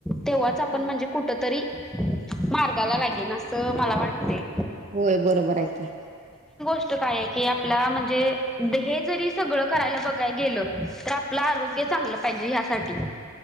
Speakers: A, in the centre; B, on the right.
A: तेव्हाच आपण
B: हा
A: म्हणजे कुठ तरी मार्गाला लागेन असं मला वाटते
B: होय बरोबर आहेके
A: ष्ट काय की आपला म्हणजे हे जरी सगळं करायला बघाय गेलं तर आपलं आरोग्य चांगलं पाहिजे ह्यासाठी